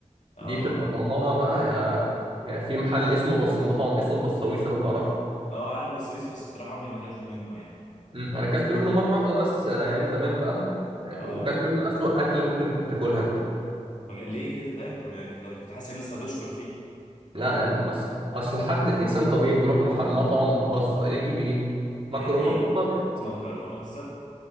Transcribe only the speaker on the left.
اه
اه عارف بسويسي بس بصراحه عمري ما اكلت منه يعني
اه
بج... ليه كده ده انت م... كنت حاسسك لسه هتشكر فيه
اجيب
مكرونه بالظبط